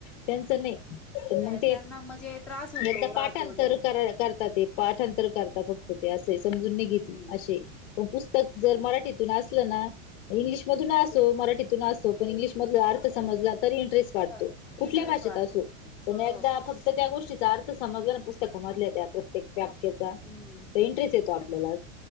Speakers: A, on the left (about 45°); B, in the centre.
A: त्यांच नाही
B: नाही
A: मग ते
B: त्यांना म्हणजे त्रास होतो
A: एकदा
B: राहतो
A: पाठांतर
B: त्या
A: करतात ते पाठांतर करता फक्त ते असं समजून
B: हम्म
A: नाही घेत. ते मग पुस्तक जर मराठीतून असलं ना इंग्लिश मधून असो, मराठीतून असो पण इंग्लिश मधला अर्थ समजला तरी ट्रेस वाढतो
B: चल
A: कुठल्या
B: इंटरेस्ट
A: भाषेत
B: वाटत
A: असो
B: हो
A: पण ह्याच्या मग तर त्या गोष्टीचा अर्थ समजला न पुस्तकं मधल्या त्या प्रत्येक व्या क्याचा
B: हम्म
A: तर
B: हम्म
A: इंटरेस्ट येतो आपल्याला